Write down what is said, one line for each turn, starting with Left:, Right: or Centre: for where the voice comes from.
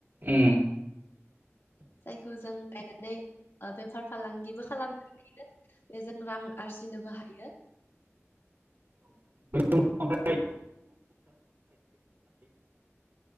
Right: उम।
Left: जायखौ जों गायनानै बेफार फालांगिबो खालामनानै नो बेजों रां आरजिनोबो हायो।
Right: <inaudible> ओमफ्राय